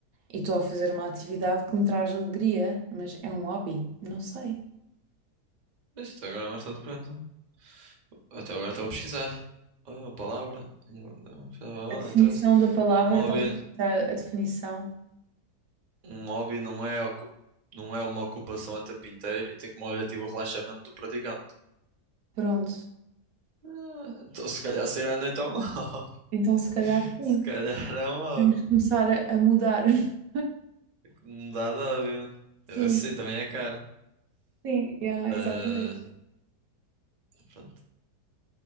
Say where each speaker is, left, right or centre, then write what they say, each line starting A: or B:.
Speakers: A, on the right; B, on the right.
A: E estou a fazer uma atividade que me traz alegria, mas é um hobby. Não sei.
B: Isto agora é uma excelente pergunta. Até agora estou a pesquisar. Olha uma palavra. Não, não
A: A definição
B: não interessa.
A: da palavra,
B: Um hobby,
A: estás a pensar a definição?
B: um hobby não é, ocu- não é uma ocupação a tempo inteiro e tem como objetivo o relaxamento do praticante.
A: Pronto.
B: Ah, então se calhar sair à noite é um hobby.
A: Então, se calhar,
B: <laughs>
A: sim.
B: Se calhar é um hobby.
A: Temos que começar a, a mudar. <laughs>
B: Me de hobby.
A: Sim,
B: Assim também é cara.
A: sim, yeah,
B: Mas,
A: exatamente.
B: pronto.